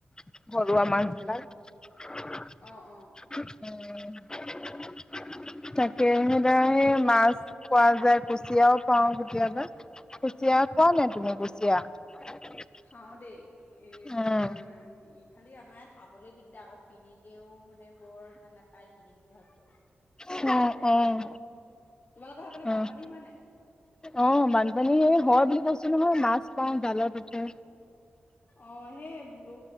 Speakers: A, on the left; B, on the left.
A: ঘৰুৱা
B: উম
A: মাছ বিলাক উম।
B: অ অ
A: <unintelligible> তাকে সেইদৰে, সেই মাছ পোৱা যায়, কুচিয়াও পাওঁ কেতিয়াবা। কুচিয়া খোৱা নাই, তুমি কুচিয়া?
B: খাওঁ দেই, এই
A: উম
B: তোমাৰ এ ইফালে আমাৰ য়াত পাবলে দিগদাৰ আকৌ, কিনিলেও মানে বৰ ইমান নাপাই, কিনিম বুলি ভাবিলেও।
A: উম, উম।
B: তোমালোকৰ সেইফালে
A: উম
B: বানপানী হয় নাই?
A: অ', বানপানী হয় বুলি কৈছো নহয়, মাছ পাওঁ, জালত উঠে।
B: অ', সেই বো,